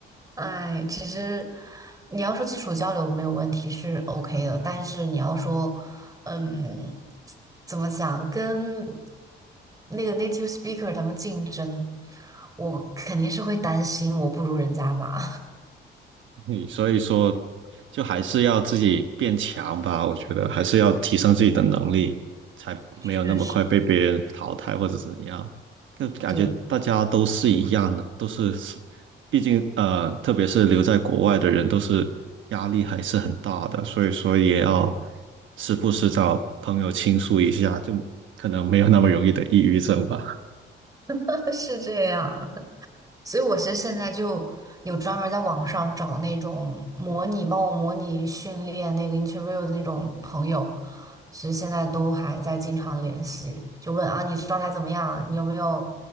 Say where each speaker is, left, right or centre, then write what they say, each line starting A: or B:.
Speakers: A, on the right; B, on the right.
A: 哎，其实你要说基础交流没有问题是 OK 的，但是你要说，嗯，怎么讲，跟那个 native speaker 他们竞争，我肯定是会担心我不如人家嘛，
B: 你所以说，就还是要自己变强吧。我觉得还是要提升自己的能力，才没有那么快被别人淘汰或者怎样。
A: <laughs> 确实，
B: 就感觉大家都是一样的，
A: 对，
B: 都是，毕竟呃，特别是留在国外的人，都是压力还是很大的，所以说也要时不时找朋友倾诉一下，就可能没有那么容易的抑郁症吧。
A: <laughs> 是这样。所以我其实现在就有专门在网上找那种模拟帮我模拟训练那个 interview 的那种朋友，其实现在都还在经常联系，就问啊你状态怎么样，你有没有